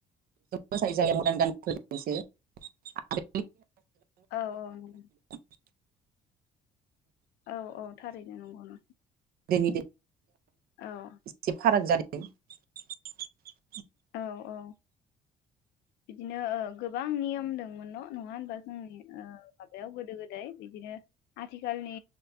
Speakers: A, on the right; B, on the left.
A: फसाय <unintelligible> जायो म्हनमा <unintelligible> गान्धिसो आरो
B: औ नंगौ
A: <unintelligible> <unintelligible>
B: औ औ थारैनो नंगौ नंगौ।
A: दानि दे <inaudible>
B: औ।
A: इसे फाराग जादों। द <inaudible>
B: औ औ। बिदिनो ओं। गोबां नियम दंमोन न'? नंङा होनबा जोंनि माबायाव गोदो गोदाय बिदिनो। आथिखालनि